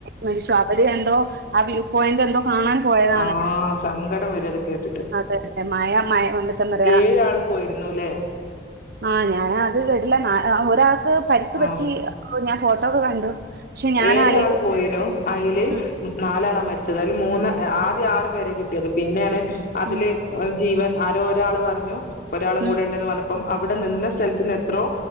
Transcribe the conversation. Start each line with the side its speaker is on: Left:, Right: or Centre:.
Right: മരിച്ചു അവര്എന്തോ ആ വ്യൂ പോയിന്റ് എന്തോ കാണാൻ പോയതാണ്.
Left: ആ സങ്കടം വെരാ അത് കേട്ടിട്ട്
Right: അതെ അതെ മഴ മഴ വന്നിട്ട് പറയാ
Left: ഏഴാള് പോയിരുന്നുല്ലേ
Right: ആ ഞാന ആദ്യം കേട്ടില്ല ഒരാൾക്ക് പരിക്ക്
Left: ആഹ്
Right: പറ്റി അപ്പോ ഞാൻ ഫോട്ടോ ഒക്കെ കണ്ടു പക്ഷെ ഞാൻ
Left: ഏഴ്
Right: ആലോചിക്ക
Left: ആള് പോയിലോ അയില്
Right: ഉം
Left: നാലാളാണ് മരിച്ചത് അതില് മൂന്ന് ആദ്യ ആറു പേരെ കിട്ടിയത് പിന്നെയാണ് അതിൽ
Right: ഉം
Left: ഒരു ജീവൻആരോ ഒരാള് പറഞ്ഞു ഒരാളും
Right: ഉം
Left: കൂടെ ഉണ്ടന്ന് പറഞ്ഞ അപ്പം അവിടെ നിന്ന സ്ഥലത്ത നിന്ന് എത്രോ